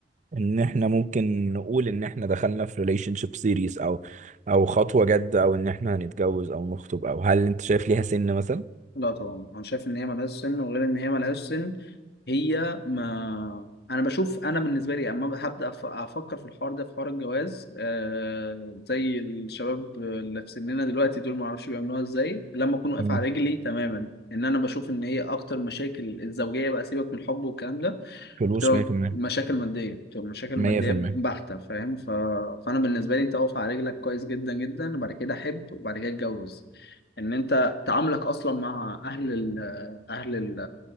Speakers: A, on the right (about 45°); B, on the left (about 60°).
A: ان احنا ممكن نقول ان احنا دخلنا في ريليشن شيب سيريس او او خطوه جد او ان احنا هنتجوز او نخطب او هل انت شايف ليها سن مثلا
B: لا طبعا انا شايف ان هي ملهاش سن وغير ان هي ملهاش سن هي ما انا بشوف انا بالنسبه لي اما هبدا أف- افكر في الحوار ده في حوار الجواز آه زي الشباب اللي في سننا دلوقتي دول ما اعرفش بيعملوها ازاي لما اكون واقف
A: مم.
B: على رجلي تماما ان انا بشوف ان هي اكتر مشاكل الزوجيه بقى سيبك من الحب والكلام ده
A: فلوس
B: بتبقى
A: 100%
B: مشاكل مادية بتبقى مشاكل مادية
A: 100%
B: بحتة فاهم ف... فأنا بالنسبة لي أنت واقف على رجلك كويس جدا جدا وبعد كده أحب وبعد كده أتجوز إن أنت تعاملك أصلا مع أهل ال... أهل ال...